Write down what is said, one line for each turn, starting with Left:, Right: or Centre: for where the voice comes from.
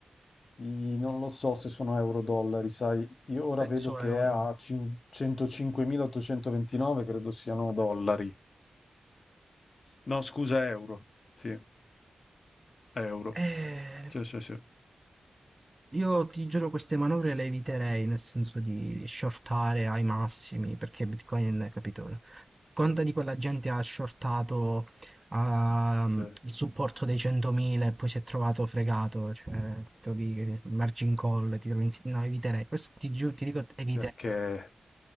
Left: I- non lo so se sono euro-dollari, sai, io ora
Right: Penso
Left: vedo che
Right: a euro.
Left: è a cin- 105.829, credo siano dollari. No, scusa, euro. Sì, euro.
Right: Eh,
Left: Sì, sì, sì.
Right: Io ti giuro queste manovre le eviterei, nel senso di shortare ai massimi, perché Bitcoin, capito? Conta di quella gente ha shortato ah,
Left: Sì,
Right: il supporto dei 100.000 e poi si è trovato fregato, cioè, ti trovi il margin call, ti trovi... in- No, eviterei, questo ti giuro, ti dico, eviterei.
Left: perché